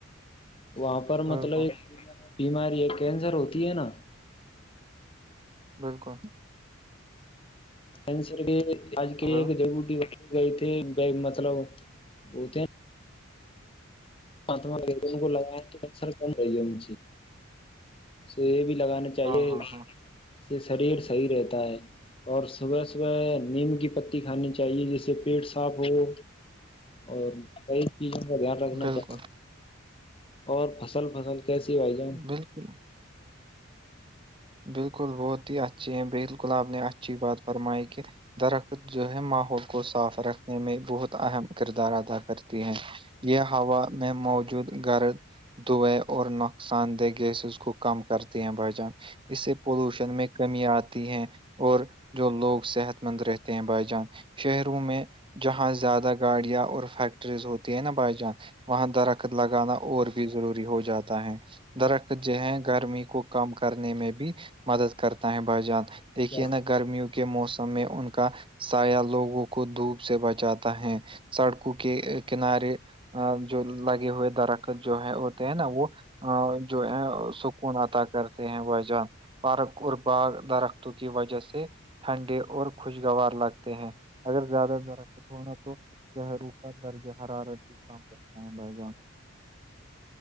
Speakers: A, on the left (about 25°); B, on the right (about 25°).
A: وہاں پر
B: بالکل
A: مطلب ایک بیماری ہے کینسر ہوتی ہے نا
B: بالکل
A: کینسر کے لیے آج کے
B: ہلو
A: ایک جڑی بوٹی ہوتی ہے مطلب ہوتے ہے نا مطلب پیڑ پودھے لگانے تو کیسر کم ہو رہے نا اس لیے یہ بھی لگا رہے ہے چاہیے
B: ہاں ہاں
A: اس
B: ہاں
A: سے شریر صحی رہتا ہے اور صبح صبح نیم کی پتی کھانی چاہیے جس سے پیٹ صاف ہو اور کئی چیزوں کا دھیان رکھنا
B: بالکل
A: چاہیے اور فصل وصل کیسی بھائی جان
B: بالکل بالکل بہت ہی اچھی اپ بلکل اچھی بات فرمائی کہ درخت جو ہے ماحول کو صاف رکھنے میں بہت اہم کردار ادا کرتی ہے یہ ہوا میں موجود گرض دھوئے اور نقصان دہ گیسز کو کم کرتے ہیں بھائی جان اس سے پولوشن میں کمی آتی ہے اور جو لوگ صحت مند رہتے ہیں بھائی جان شہروں میں جہاں زیادہ گاڑیاں اور فیکٹریز ہوتی ہے نا بھائی جان وہاں درخت لگانا اور بھی ضروری ہو جاتا ہے درخت جو ہے گرمی کو کم کرنے میں بھی مدد کرتا ہے بھائی جان دیکھیے
A: ہاں
B: نا گرمیوں کے موسم میں ان کا سایا لوگوں کو دھوپ سے بچاتا ہے سڑکوں کے کنارے آگ جو لگے ہوئے درخت جو ہے ہوتے ہیں نا وہ جو ہے سکون عطا کرتے ہیں جو ہے نا بارک اور باغ درختوں کی وجہ سے ٹھنڈے اور خوشگوار لگتے ہیں اگر زیادہ ترخت ہونا تو شہروں کا درجہ حرارت بھی کام رکھتا ہے بھائی جان